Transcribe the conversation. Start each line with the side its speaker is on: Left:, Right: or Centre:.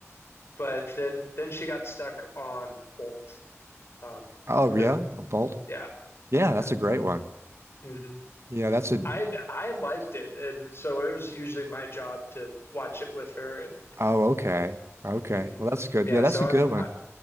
Left: But then then she got stuck on Bolt. Um
Right: Oh
Left: the
Right: yeah, a bolt.
Left: yeah,
Right: Yeah,
Left: yeah.
Right: that's a great one.
Left: hmm
Right: Yeah, that's a.
Left: I I liked it and so it was usually my job to watch it with her and
Right: Oh, okay. Okay.
Left: mhm.
Right: Well, that's good.
Left: Yeah,
Right: Yeah, that's
Left: so
Right: a
Left: I've
Right: good one.
Left: I,